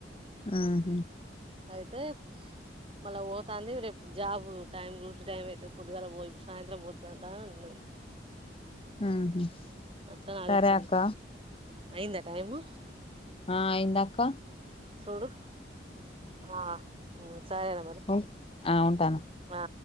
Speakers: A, on the left; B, on the right.
A: ఆహా
B: అయితే మళ్ళా పోతాంది రేపు జాబు టైం డూటీ టైం అయితే పొద్దుగాల పోదు సాయంత్రం పోతదటా అన్నది.
A: ఆహా
B: అట్లా నాకు
A: సరే
B: తెలిసింది
A: అక్క.
B: అయిందా టైమూ.
A: ఆ అయింది అక్క.
B: సూడు. ఆ సరేరా మరి.
A: ఉం ఆ ఉంటాను
B: ఆ